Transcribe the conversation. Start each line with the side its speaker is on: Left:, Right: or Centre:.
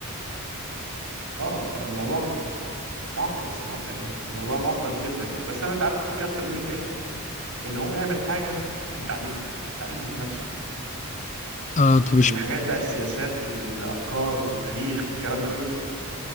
Right: اه فالموضوع معقد الصراحه يعني الموضوع معقد جدا يعني بس انا انت عارف خوفي اكتر منه في ايه في ان هو يعمل حاجه في التعليم التعليم ذات نفسه
Left: آه طب
Right: الحاجات
Left: إش-
Right: بقى السياسات والافكار والتاريخ والكلام ده كله